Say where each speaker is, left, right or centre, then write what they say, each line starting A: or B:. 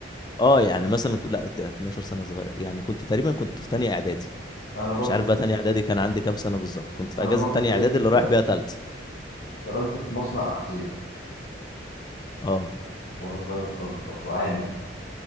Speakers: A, on the left (about 20°); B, on the left (about 65°).
A: اه يعني مثلا ك- لا ده 12 سنه صغير يعني كنت تقريبا كنت في تانية اعدادي
B: انا برضو
A: مش عارف بقى تانية اعدادي كان عندي كام سنه بالظبط كنت في
B: انا
A: اجازه
B: برضو
A: تانية
B: زيك
A: اعدادي
B: كده
A: اللي رايح بيها تالتة
B: اشتغلت في مصنع احذية
A: اه
B: وانا صغير خالص برضو عامل كده